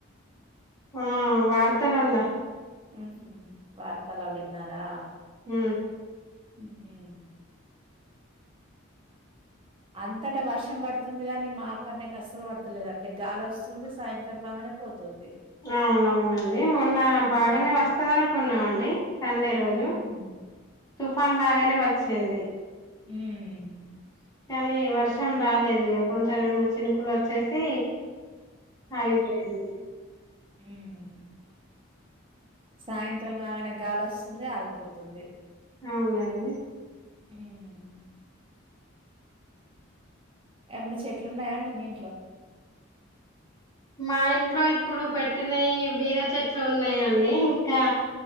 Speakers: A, on the left; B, on the right.
A: ఆ వార్తలలో
B: ఉ వార్తలాలో చెప్పినారా?
A: మ్
B: <inaudible> అంతటా వర్షం పడుతుంది గాని, మాకాన్నయితే అస్సలు పడతాలేదండి గాలి వస్తుంది సాయంత్రం బాగానే పోతుంది
A: అవునవునండి మొన్న
B: హ్మ్.
A: బాగానే వస్తాది అనుకున్నామండి సండే రోజు
B: హుహు.
A: తుఫాన్ లాగానే వచ్చింది.
B: మ్
A: కానీ వర్షం రాలేదు ఇగ. కొంచెం రెండు మూడు చినుకులు వచ్చేసి ఆగిపోయింది.
B: మ్ సాయంత్రం కాగానే గాలి వస్తుంది ఆగిపోతుంది.
A: అవునాండి
B: మ్మ్ ఏమన్నా చెట్లున్నాయా అండి మీ ఇంట్లో
A: మా ఇంట్లో ఇప్పుడు పెట్టినయ్యి బీర చెట్లు ఉన్నాయండి ఇంకా